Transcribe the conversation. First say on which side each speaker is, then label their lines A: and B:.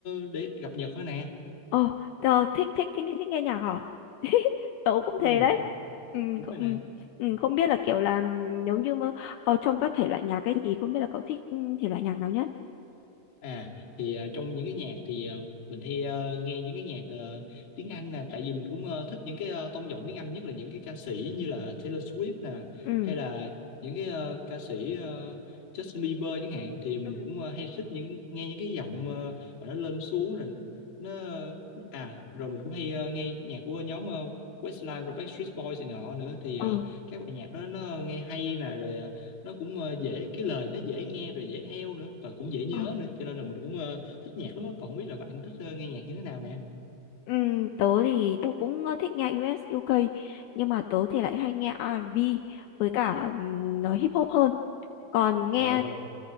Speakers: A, on the left; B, on the left.
A: để cập nhật thôi nè
B: Ồ, ờ, thích, thích thích thích nghe nhạc hả? <laughs> Tớ cũng
A: ừ,
B: thế đấy. Ừ,
A: đúng
B: không,
A: rồi nè
B: ừ, ừ, không biết là kiểu là ừm, nếu như mà ờ, trong các thể loại nhạc ấy thì không biết là cậu thích ừm, thể loại nhạc nào nhất?
A: À thì ờ, trong những cái nhạc thì ờ, mình hay ờ, nghe những cái nhạc ờ, tiếng Anh nè tại vì mình cũng ờ, thích những cái ờ, tông giọng tiếng Anh nhất là những cái ca sĩ như là Taylor Swift nè
B: Ừ.
A: hay là những cái ờ, ca sĩ ờ, Justin Bieber chẳng hạn thì mình
B: Ừ.
A: cũng ờ, hay thích những nghe những cái giọng ờ, mà nó lên xuống rồi nó à rồi mình cũng hay ờ, nghe nhạc của nhóm ờ, Westlife rồi Backstreet Boys này nọ nữa thì
B: Ờ,
A: ờ, các bài nhạc đó nó nghe hay nè rồi ờ, nó cũng ờ, dễ cái lời nó dễ nghe rồi dễ theo nữa và cũng dễ nhớ
B: ờ.
A: nữa cho nên là mình cũng ờ, thích nhạc lắm á. còn không biết là bạn thích ờ, nghe nhạc như thế nào nè
B: Ừm, tớ thì tớ cũng ờ, thích nghe US UK nhưng mà tớ thì lại hay nghe R&B với cả ừm, nó hip hop hơn. Còn nghe
A: Ồ.